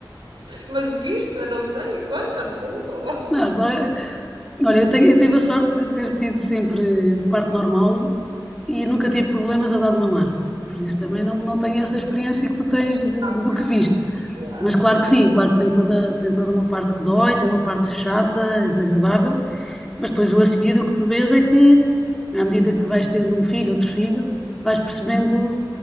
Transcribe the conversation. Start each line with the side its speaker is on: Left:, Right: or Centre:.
Right: mas o que isto, não sei, conta-me tudo.
Centre: não, claro. Olha, eu tenho, eu tive a sorte de ter tido sempre parto normal e nunca tive problemas a dar de mamar. Por isso também não, não tenho essa experiência que tu tens de-
Right: Ok.
Centre: do que viste.
Right: Yeah.
Centre: Mas claro que sim, claro que tem toda, tem toda uma parte que dói, tem uma parte chata e desagradável, mas depois o a seguir o que tu vês é que, à medida que vais tendo um filho, outro filho, vais percebendo